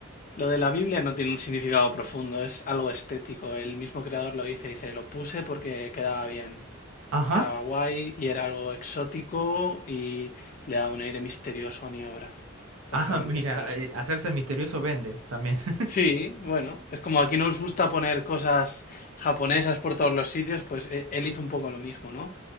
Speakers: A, on the left (about 40°); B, on the right (about 90°).
A: lo de la Biblia no tiene un significado profundo, es algo estético. El mismo creador lo dice, dice, lo puse porque quedaba bien,
B: Ajá.
A: quedaba guay y era algo exótico y le daba un aire misterioso a mi obra. Básicamente
B: Ah, <laughs> mira,
A: es por eso.
B: eh, hacerse el misterioso vende también. <laughs>
A: Sí, bueno, es como aquí nos gusta poner cosas japonesas por todos los sitios, pues e- él hizo un poco lo mismo, ¿no?